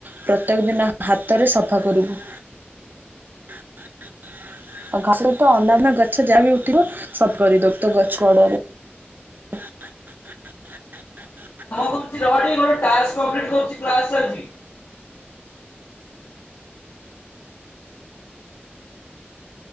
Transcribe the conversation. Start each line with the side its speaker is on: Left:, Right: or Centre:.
Right: ପ୍ରତ୍ୟେକ ଦିନ ହାତରେ ସଫା କରିବୁ। <inaudible> ଆଉ ଘାସରେ ତ ଅନ୍ୟାନ୍ୟ ଗଛ ଯାହା ବି ଉଠିବ ସଫ୍ କରିଦବ ତ ଗଛ କଡରେ। <inaudible>
Left: କରୁ୍ଛି ରହ ଟିକେ ଗୋଟେ ଟାସ୍କ କପ୍ଲିଟ୍ କରୁଛି କ୍ଲାସ ଚାଲିଛି।